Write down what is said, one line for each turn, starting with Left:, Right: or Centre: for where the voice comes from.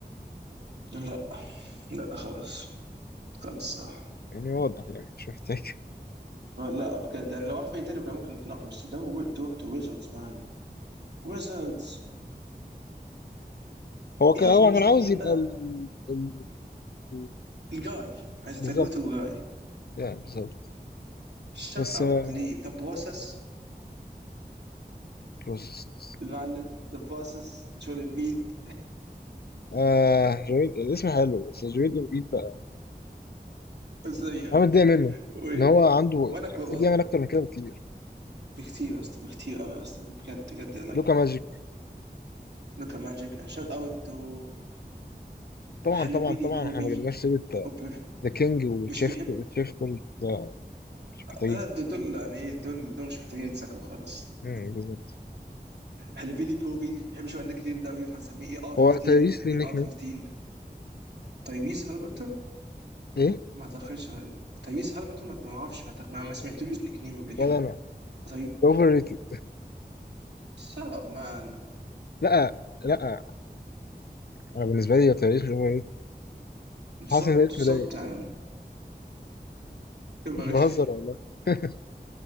Right: لا لا خالص خالص صح
Left: يعني واضح يعني مش محتاج
Right: لا بجد يعني لو واحد فريق تاني كان ممكن نتناقش بس ده و- تروح تو ويزردز مان ويزردز
Left: هو كان
Right: ايه
Left: هو
Right: النيك
Left: كان عاوز
Right: نيم
Left: يبقى
Right: بقى
Left: ال... ال... ال-
Right: الجاي عايز
Left: بالظبط
Right: تجو تو جاي
Left: يعني بالظبط
Right: شوت
Left: بس
Right: اوت
Left: آه،
Right: لذا بروسس
Left: بروسس
Right: المعلم ذا بروسس جول امبيد
Left: آه جويل الاسم حلو بس جويل امبيد بقى
Right: <laughs> ازيك
Left: انا متضايق منه
Right: و-
Left: ان هو عنده
Right: وانا
Left: يعني
Right: كو...
Left: المفروض يعمل اكتر من كده بكتير
Right: بكتير يا اسطى بكتير قوي يا اسطى بجد بجد لايك
Left: لوكا ماجيك
Right: لوكا ماجيك اند شوت اوت تو
Left: طبعا
Right: هاليبيلي
Left: طبعا طبعا
Right: كوبي
Left: احنا ما جبناش سيرة
Right: وب-
Left: ذا كينج وتشيف
Right: مش بيحب
Left: تشيف كوري ده مش محتاجين
Right: لا دول دول يعني ايه دول دول مش محتاجين يتذكروا خالص
Left: مم، بالظبط
Right: هاليبيلي كوبي ما بيحبش هو النيك نيم ده فهنسميه اي ار 15
Left: هو تايريس ليه
Right: اي
Left: نيك
Right: ار 15
Left: نيم
Right: تايريس هالبرتون
Left: ايه
Right: ما اعتقدش تايريس هالبرتون ما ما اعرفش ما أعتقد- ما سمعتلوش نيك نيم قبل كده
Left: ولا انا
Right: تايريس
Left: اوفر ريتد
Right: شut up مان
Left: لا لا انا بالنسبه لي تايريس مش اوفر ريتد
Right: بالظبط
Left: حاسس ان ده اسم
Right: بالظبط
Left: ضايق
Right: يعني يبقى-
Left: مش بهزر والله <laughs>